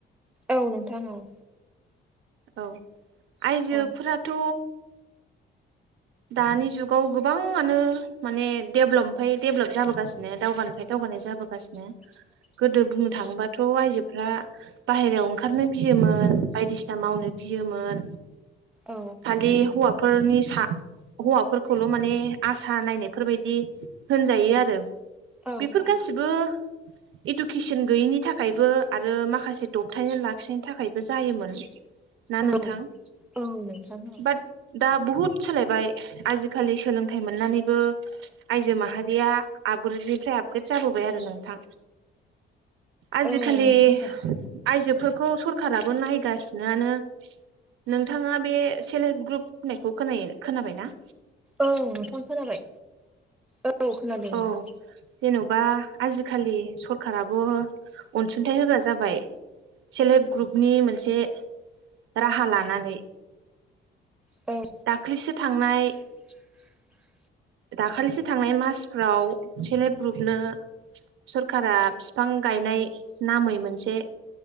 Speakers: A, in the centre; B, on the right.
A: औ नोंथां औ
B: औ आइजोफोराथ'
A: औ
B: दानि जुगाव गोबाङानो माने डेभलप निफ्राय दडेभेलप जाबोगासिनो दावगानो ओमफ्राय दावगानाय जाबोगासिनो।
A: <inaudible>
B: गोदो बुंनो थाङोबाथ' आयजोफ्रा बाहेरायाव ओंखारनो गियोमोन बायदिसिना मावनो गियोमोन।
A: औ
B: खालि हौवाफोरनि सा हौवाफोरखौल' माने आसा नायनायफोरबायदि होनजायो आरो।
A: औ
B: बेफोर
A: औ
B: गासिबो इडुकेसन गैयिनि थाखायबो आरो माखासे दबथायनानै लाखिनायनि थाखायबो जायोमोन। ना
A: औ
B: नोंथां
A: औ नोंथां
B: बाट दा बुहुद सोलायबाय आजिखालि सोलोंथाइ मोननानैबो आइजो माहारि माहारिया आपग्रेडनिफ्राय आपग्रेद जाबोबाय आरो नोंथां। आजिखालि
A: औ नोंथां औ
B: आइजोफोरखौ सरखाराबो नायगासिआनो। नोंथाङा बे सेल्फ हेल्प ग्रुप होननायखौ खोना खोनाबाय ना?
A: औ नोंथांनो खोनाबाय औ खोनादों
B: औ
A: नोंथां।
B: जेन'बा आजिखालि सरखाराबो अनसुंथाइ होग्रा जाबाय। सेल्फ हेल्प ग्रुपनि मोनसे राहा लानानै
A: औ
B: दाख्लिसो थांनाय
A: <inaudible>
B: दाखालिसो थांनाय मासफ्राव सेल्फ हेल्प ग्रुपनो सरखारा बिफां गायनाय नामै मोनसे